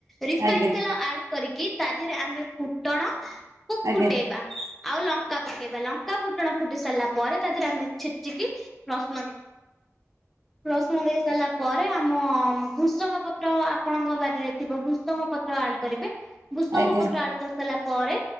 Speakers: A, in the centre; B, on the right.
A: ରିଫାଇନ
B: ଆଜ୍ଞା ଆଜ୍ଞା
A: ତେଲ ଆଡ କରିକି ତା ଦେହରେ ଆମେ ଫୁଟଣ କୁ
B: ଆଜ୍ଞା
A: ଫୁଟେଇବା। ଆଉ ଲଙ୍କା ପକେଇବା ଲଙ୍କା ଫୁଟଣ ଫୁଟି ସାରିଲା ପରେ ତା ଦେହରେ ଆମେ ଛେଚିକି ରସୁଣ ରେ ରସୁଣ ଦେଇ ସାରିଲା ପରେ ଆମ ଭୃଷଙ୍ଗ ପତ୍ର <unintelligible> ଆପଣଙ୍କ ବାରିରେ ଥିବ ଭୃସଙ୍ଗ ପତ୍ର ଆଡ କରିବେ ଭୃସଙ୍ଗ
B: ଆଜ୍ଞା ଆଜ୍ଞା
A: ପତ୍ର ଆଡ କରିସାରିଲା ପରେ